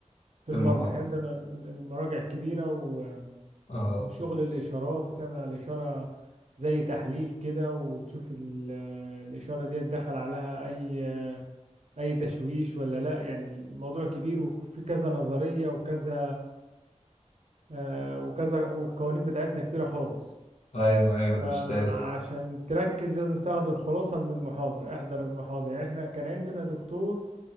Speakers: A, on the right; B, on the left.
A: في
B: في
A: المرجع
B: المحاضره
A: يعني عندنا ال- ال- المراجع كبيرة و-
B: اه
A: وشغل الاشارات وتعمل على الاشارة زي تحليل كده وتشوف ال- الاشارة دي دخل عليها اي اي تشويش ولا لا يعني الموضوع كبير وفي كذا نظرية وكذا آه، وكذا والقوانين بتاعتنا كتيرة خالص
B: ايوه ايوه انا
A: عشان
B: مش تايه
A: تركز لازم تاخد الخلاصة من المحاضرة احضر المحاضرة يعني احنا كان عندنا دكتور